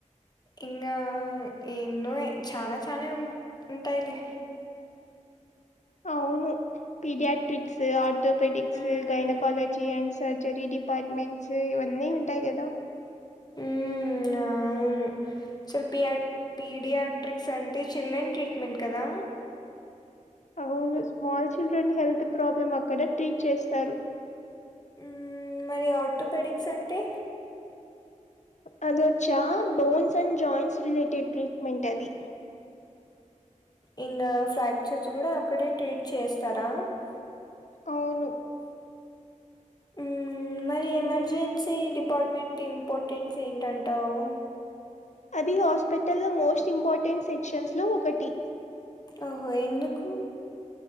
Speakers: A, on the left; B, on the left.
A: ఇంకా ఎన్నో చాలా చానే ఉ ఉంటాయిలే
B: అవును పీడియాట్రిక్స్ ఆర్టోపెటిక్స్
A: హ్మ్.
B: గైన కాలజీ అండ్ సర్జరీ డిపార్ట్మెంట్స్ ఇవన్నీ ఉంటాయి కదా
A: హ్మ్. అవును సలు పియా పీడియాట్రిక్స్ అంటే చిల్డ్రన్ ట్రీట్మెంట్ కదా
B: అవును స్మాల్ చిల్డ్రన్ హెల్త్ ప్రాబ్లం అక్కడ ట్రీట్ చేస్తారు
A: ఊమ్ మరి ఆర్థోపెడిక్స్ అంటే
B: అది వచ్చా bones and joints related treatment అది
A: ఇంకా ఫ్రాక్చర్స్ కూడా అక్కడే ట్రీట్ చేస్తారా
B: అవును
A: ఊమ్ మరి ఎమర్జెన్స్ సి డిపార్ట్మెంట్ ఇంపార్టెన్స్ ఏంటంటావు
B: అది హాస్పిటల్లో మోస్ట్ ఇంపార్టెంట్ సెక్షన్స్లో ఒకటి
A: ఓహో ఎందుకు